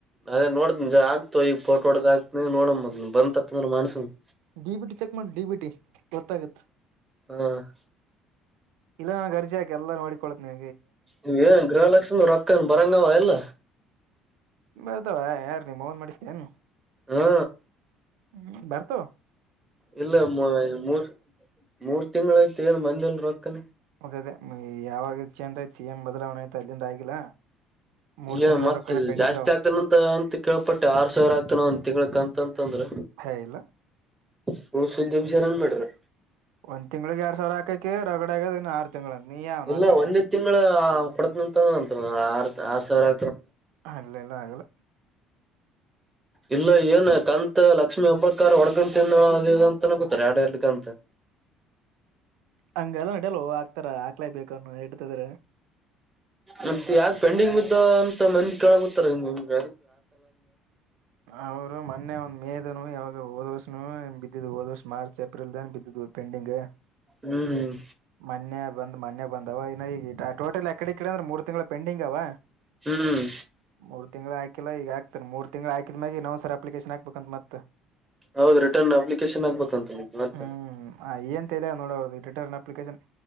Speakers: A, on the right; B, on the right.
A: ಅದೇ ನೋಡ್ತ ಆಗ್ತು ತೊಗೊ ಈಗ ಫೋಟೋ ಹೊಡದ ಹಾಕ್ತೀನಿ ನೋಡಮ ಹು ಬಂತ ಅಂದ್ರ ಮಾಡ್ಸೋನು
B: ಡಿ ಬಿ ಟಿ ಚೆಕ್ ಮಾಡಿ ಡಿ ಬಿ ಟಿ ಗೊತ್ತಾಗತ್
A: ಹಾ <unintelligible>
B: ಇಲ್ಲರಾ ನನಗ ಅರ್ಜಿ ಹಾಕ್ ಎಲ್ಲಾ ನೋಡಿಕೊಳ್ತೀನಿ.
A: ಇವ ಏನು ಗೃಹಲಕ್ಷ್ಮಿ ರೊಕ್ಕ ಬರಂಗವಾ ಇಲ್ಲ
B: ಬರ್ತವ ಯಾರು ನಿಮ್ಮ ಅವನ್ ಮಾಡಿಸದೇನು
A: ಹಾ
B: ಹ್ಮ್ ಬರ್ತವ
A: ಇಲ್ಲ ಮೂರ್ ಮೂರ್ ತಿಂಗಳ ಆಯ್ತ್ ಏನ್ ಬಂದಿಲ್ಲ ರೊಕೇನ್
B: ಅದೇ ಅದೇ ಯಾವಾಗ ಚೇಂಜ್ ಆಯ್ತು ಸಿ ಎಂ ಬದಲಾವಣೆ ಆಯ್ತು ಅಲ್ಲಿಂದ ಆಗಿಲ್ಲ. ಮೂರ್
A: ಏನ್
B: ತಿಂಗಳ
A: ಮತ್ತ
B: ರೊಕ್ಕನ ಪೆಂಡಿಂಗ್
A: ಜಾಸ್ತಿ
B: ಅವ
A: ಆಗ್ತಾನಂತ ಅಂತ ಕೇಳ್ಪಟ್ಟೆ ಆರ್ ಸಾವಿರ ಹಾಗ್ತಾನ ಒಂದ ತಿಂಗಳಕ್ ಅಂತಂತಂದ್ರ
B: ಹೇ ಇಲ್ಲ
A: ಸುಳ್ಳು ಸುದ್ದಿ ಎಬ್ಸಾಯರ ಏನ್ ಮಾಡ್ಯಾರ
B: ಒಂದ್ ತಿಂಗ್ಳಿಗೆ ಎರಡ್ ಸಾವಿರ ಹಾಕಕ್ಕೆ ರಗಡ ಆಗದ ಇನ್ನು ಆರ್ ತಿಂಗಳ ನೀ ಯಾವನೋ
A: ಇಲ್ಲ
B: ಸಳೆ
A: ಒಂದೇ ತಿಂಗಳು ಕೊಡತನಂತಂತು ಆರ್ ಆರ್ ಸಾವಿರ
B: ಆಗ್ಲಿಲ್ಲ ಆಗಲ್ಲ
A: ಇಲ್ಲ ಏನ್ ಕಂತ ಲಕ್ಷ್ಮಿ ಹೆಬ್ಬಾಳ್ಕರ್ ಹೋಡ್ಕೊಂಡ ತಿಂದಾಳ ಅಂತ ಅದ ಇದ ಆನಕತರ ಎಡ್ ಎಡ್ ಕಂತ
B: ಹಂಗೆಲ್ಲ ನಡಿಯಲ್ಲ ಹಾಕ್ತಾರ ಹಾಕ್ಲೇಬೇಕ ಇಡ್ತದ್ರ
A: ಮತ್ತ ಯಾಕ ಪೆಂಡಿಂಗ್ ಬಿದ್ದವ ಅಂತ ಮಂದಿ ಕೆಳಕುಂತರ್ ಹಿಂಗ್ ಹಿಂಗ್
B: ಅವರು ಮೊನ್ನೆ ಒಂದ್ ಮೇದನು ಯಾವಾಗೋ ಹೋದ ವರ್ಷ ಬಿದ್ದಿದಿದ್ದು ಹೋದ್ ವರ್ಷ ಮಾರ್ಚ್ ಏಪ್ರಿಲ್ ದನ್ ಬಿದ್ದಿದ್ ಪೆಂಡಿಂಗ್
A: ಹ್ಮ್ ಹ್ಮ್
B: ಮನೆ ಬಂದ್ ಮೊನ್ನೆ ಬಂದವ ಅವ ಇನ್ನ ಈಗ ಟೋಟಲ್ ಆಕಡೆ ಇಕಡೆ ಅಂದ್ರೆ ಮೂರು ತಿಂಗಳ ಪೆಂಡಿಂಗ್ ಅವ
A: ಹ್ಮ್
B: ಮೂರು ತಿಂಗಳು ಆಗಿ ಕಿಲ್ಲಾ ಈಗ ಹಾಕ್ತಾನೆ ಮೂರ್ ತಿಂಗಳು ಆಕಿದ ಮ್ಯಾಗ ಇನೊಂದು ಸರ್ ಅಪ್ಲಿಕೇಶನ್ ಹಾಕ್ಬೇಕ ಅಂತ ಮತ್ತ
A: ಹೌದ್ ರಿಟರ್ನ್ ಅಪ್ಲಿಕೇಶನ್ ಹಾಕ್ಬೇಕಂತಲ್ಲಿ ಮತ್ತ
B: ಹ್ಮ್ ಆ ಏನ್ ತಲ್ಯಾಗ ನೋಡ್ ಈ ಟ್ವಿ ಅಪ್ಲಿಕೇಶನ್